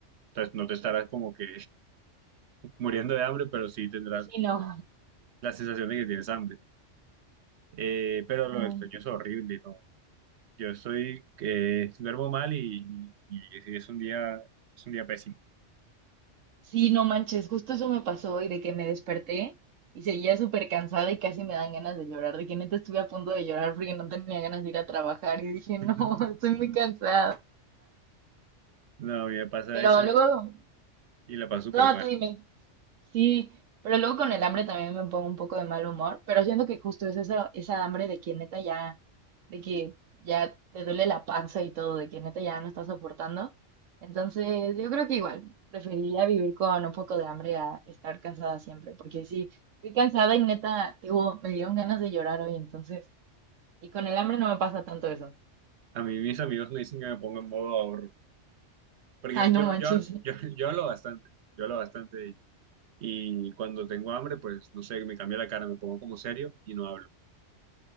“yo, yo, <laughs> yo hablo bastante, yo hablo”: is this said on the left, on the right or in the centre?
Right